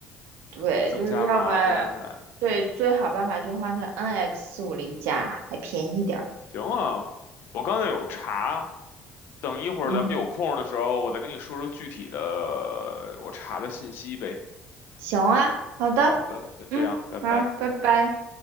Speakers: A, on the right; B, on the left.
A: 对，
B: 增加麻烦还。
A: 就是要不然，对，最好办法就换成 NX 四五零加，还便宜点儿。
B: 行啊，我刚才有查，等一会儿咱们有空的时候，
A: 嗯，
B: 我再跟你说说具体的我查的信息呗。
A: 行啊，好的，
B: 好的，先这样，
A: 嗯，
B: 拜拜。
A: 好，拜拜。